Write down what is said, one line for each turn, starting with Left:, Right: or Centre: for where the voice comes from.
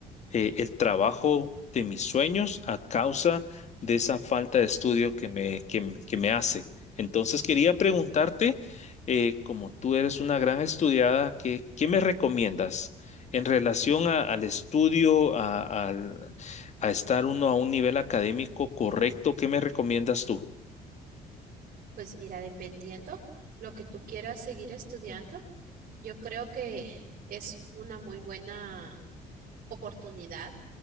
Left: eh, el trabajo de mis sueños a causa de esa falta de estudio que me, que, m- que me hace. Entonces quería preguntarte, eh, como tú eres una gran estudiada, ¿qué, qué me recomiendas en relación a- al estudio, a, al- a estar uno a un nivel académico correcto? ¿Qué me recomiendas tú?
Right: Pues mira, dependiendo lo que tú quieras seguir estudiando, yo creo que es una muy buena oportunidad